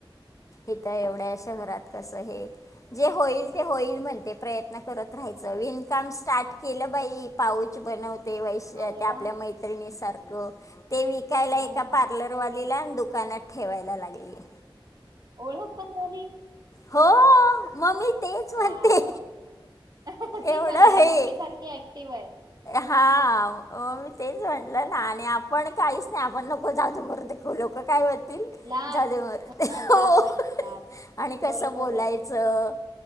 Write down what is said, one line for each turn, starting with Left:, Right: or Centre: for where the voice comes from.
Left: इथं एवढ्या शहरात कस हे, जे होईल ते होईल म्हणते प्रयत्न करत राहायच विनकाम स्टार्ट. केलं बाई पाऊच बनवत. ते वैशा
Right: अरे वा
Left: आपल्या मैत्रिणी सारख ते. हो. ते विकायला
Right: हा
Left: एका
Right: हा
Left: पार्लरवालीला दु दुकानात. ठेवायला लागली.
Right: ओळख पण झाली.
Left: हो मग मी तेच म्हणते
Right: वा ती
Left: एवढं हे
Right: मम्मी सारखी ऍक्टिव्ह आहे.
Left: हा, मी तेच म्हटलं ना, आणि आपण काहीच नाही आ आपण नको जाउदे-मरुदे. लोक काय म्हणतील.
Right: लाज
Left: जाउदे-मरुदे
Right: हा लाज
Left: हो
Right: वाट लाज
Left: आणि कस
Right: बरोबर
Left: बोलायचं
Right: आहे